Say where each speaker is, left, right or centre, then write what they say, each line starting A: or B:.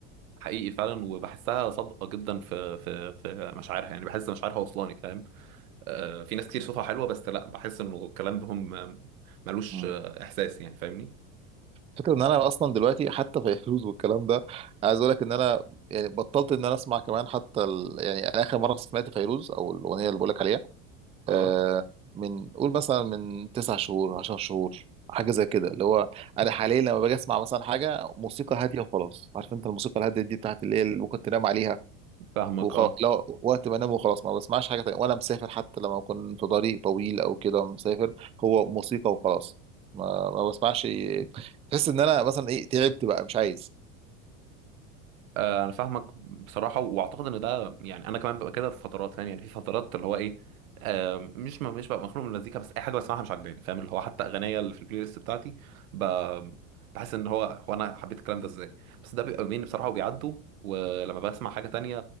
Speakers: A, on the right; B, on the right.
A: حقيقي فعلا وبحسها صادقه جدا في في في مشاعرها يعني بحس مشاعرها وصلاني فاهم آه في ناس كتير صوتها حلوه بس لا بحس انه الكلام بهم آم، ملوش
B: مم.
A: آه، احساس يعني فاهمني
B: فكرة ان انا اصلا دلوقتي حتى فيروز والكلام ده عايز اقول لك ان انا يعني بطلت ان انا اسمع كمان حتى ال... يعني انا اخر مرة سمعت فيروز او الاغنية اللي بقول لك عليها
A: اه
B: آه من قول مثلا من تسع شهور عشر شهور حاجة زي كده اللي هو انا حاليا لما باجي اسمع مثلا حاجة موسيقى هادية وخلاص عارف انت الموسيقى الهادية دي بتاعت اللي هي اللي ممكن تنام عليها
A: فاهمك
B: وخلاص
A: اه
B: لو وقت ما انام وخلاص ما بسمعش حاجه تانية وانا مسافر حتى لما اكون في طريق طويل او كده مسافر هو موسيقى وخلاص ما ما بسمعش تحس ان انا مثلا ايه تعبت بقى مش عايز
A: آه، انا فاهمك بصراحه واعتقد ان ده يعني انا كمان ببقى كده في فترات فاهم يعني في فترات اللي هو ايه آه، مش ما مش ببقى مخنوق من المزيكا بس اي حاجه بسمعها مش عاجباني فاهم اللي هو حتى اغنيه اللي في البلاي ليست بتاعتي ب- بحس ان هو هو انا حبيت الكلام ده ازاي بس ده بيبقى يومين بصراحه وبيعدوا ولما بسمع حاجه تانية